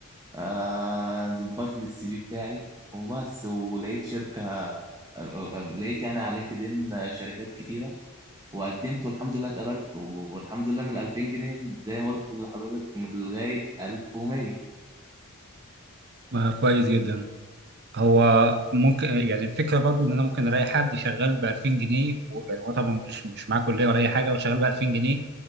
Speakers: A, on the right; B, on the right.
A: آه ظبط لي السي في بتاعي وبس ولقيت شركه آه، آه، آه، لقيت يعني على لينكد ان شركات كتيره وقدمت والحمد لله اتقبلت والحمد لله من 2000 جنيه زي ما قلت لحضرتك من لغاية 1100
B: آه، كويس جدا هو ممكن يعني الفكره برضو ان انا ممكن الاقي حد شغال ب 2000 جنيه و- يعني هو طبعا مش مش معاه كليه ولا اي حاجه وشغال ب 2000 جنيه